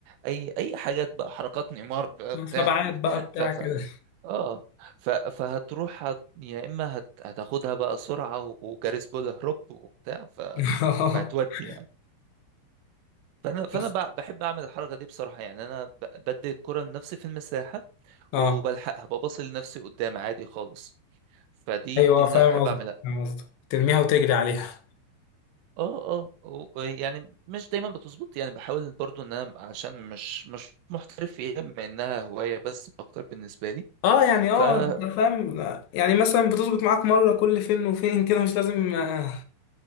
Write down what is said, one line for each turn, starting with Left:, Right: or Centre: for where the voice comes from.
Right: أي أي حاجات بقى حركات نيمار بقى بتاع
Left: سبعات بقى بتاع
Right: ف ف
Left: كده
Right: اه ف فهتروح هت... يا إما هت... هتاخدها بقى سرعة و- وجاريس بول هروب وبتاع ف
Left: <laughs>
Right: فهتودي يعني فأنا فأنا
Left: بس-
Right: ب- بحب أعمل الحركة دي بصراحة يعني أنا ب- بدي الكرة لنفسي في المساحة
Left: اه
Right: وبلحقها ببص لنفسي قدام عادي خالص فدي
Left: ايوه
Right: دي اللي
Left: فاهم
Right: بحب
Left: قصدي
Right: اعملها
Left: فاهم قصدي ترميها وتجري عليها
Right: اه اه و- يعني مش دايما بتظبط يعني بحاول برضو ان انا عشان مش مش محترف فيها بما انها هواية بس اكتر بالنسبة لي
Left: اه يعني
Right: ف
Left: اه
Right: اه
Left: انت فاهم يعني مثلا بتظبط معاك مره كل فين وفين كده مش لازم آه،